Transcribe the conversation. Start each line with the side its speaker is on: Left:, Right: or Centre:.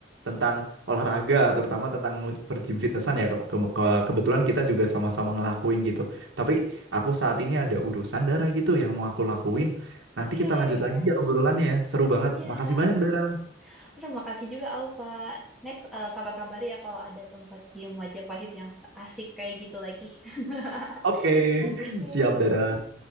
Right: tentang olahraga, terutama tentang bergym fitnessan ya. Ke- ke- ke- kebetulan kita juga sama-sama ngelakuin gitu. Tapi aku saat ini ada urusan Dara gitu yang mau aku lakuin. Nanti
Centre: Oh iya
Right: kita
Centre: iya
Right: lanjut
Centre: iya. Iya.
Right: lagi ya obrolannya ya. Seru banget.
Centre: Iya.
Right: Makasih banyak Dara.
Centre: Terima kasih juga Alfa. Next, eh, kabar-kabari ya kalau ada tempat gym Wajah Pahit yang asik kayak gitu lagi. <laughs>
Right: Oke,
Centre: Oke.
Right: siap Dara.